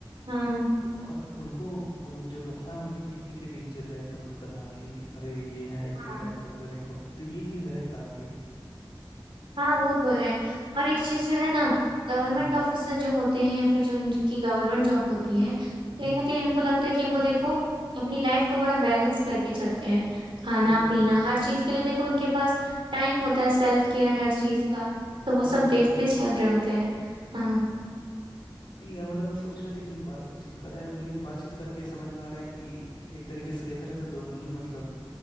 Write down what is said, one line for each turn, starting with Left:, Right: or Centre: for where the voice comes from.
Right: हाँ
Left: तो और उनको उन जो फुफा है उनकी पीठ पीछे भी इज्जत है एकदम खतरनाक कि अरे ये है इनकम
Right: हाँ
Left: टैक्स ऑफिसर इनकम तो ये चीज है काफी
Right: हाँ वो तो है और एक
Left: हम्म
Right: चीज जो है ना गवर्नमेंट
Left: हम्म
Right: ऑफिसर जो होते हैं फिर जो जिनकी गवर्नमेंट जॉब होती है कहीं
Left: हम्म
Right: ना कहीं हमको लगता है कि वो देखो अपनी लाइफ को बड़ा बैलेंस करके चलते हैं खाना
Left: हम्म
Right: पीना हर चीज के लिए देखो उनके पास टाइम होता है सेल्फ केयर हर चीज का तो वो
Left: हम्म
Right: सब
Left: हम्म।
Right: देखते चल रहे होते हैं हाँ
Left: वही यार मतलब हम सोच रहे थे कि बातचीत करें अब लेकिन बातचीत करके समझ में आ रहा है कि एक तरीके से देखा जाए तो दोनों ही मतलब